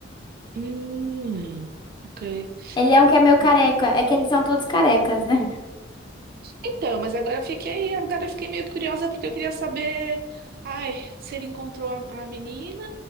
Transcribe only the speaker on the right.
Hum, ok.
ok.
Então, mas agora eu fiquei, agora eu fiquei meio curiosa porque eu queria saber, ai, se ele encontrou a, a menina,